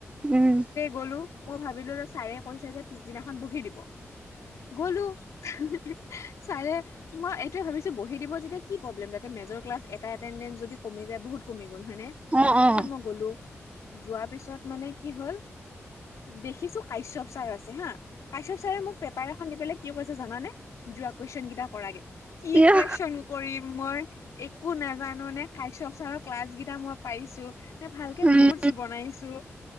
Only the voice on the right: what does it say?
উম
উম অ অ
ইয়া
উম